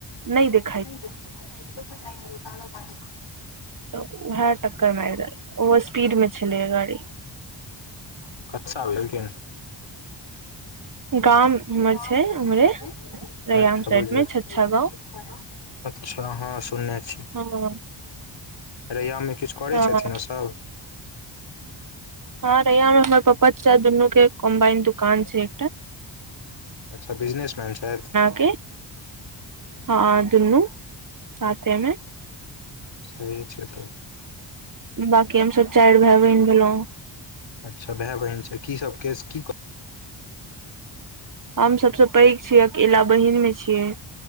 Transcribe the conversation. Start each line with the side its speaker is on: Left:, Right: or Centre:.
Right: नै देख
Left: नै देख <inaudible>
Right: त वएह टक्कर मार <unintelligible> ओहो <unintelligible> में छेलैया गाड़ी।
Left: <unintelligible>
Right: गाम हमर
Left: गाम
Right: छै उम्हरे
Left: <inaudible>
Right: रैयाम
Left: अच्छा
Right: साइड
Left: बुझ <unintelligible>
Right: मे छछा गाँव
Left: अच्छा हँ सुनने छी।
Right: हँ
Left: रैयाम मे किछ करै
Right: हँ
Left: छथिन, ओ सब?
Right: हँ रैयाम में हमर पप्पा -चचा दुनू के <unintelligible> दुकान छै।
Left: अच्छा बिजनेस मैन छथि?
Right: <unintelligible> हँ दुन्नू साथेमे।
Left: सही छै तब।
Right: बाकी हमसब चाइर भैए- बहिन भेलहुँ।
Left: अच्छा भाए- बहिन छै। की सब केस की
Right: हम सबसे पैघ छियै अकेला बहिन में छियै।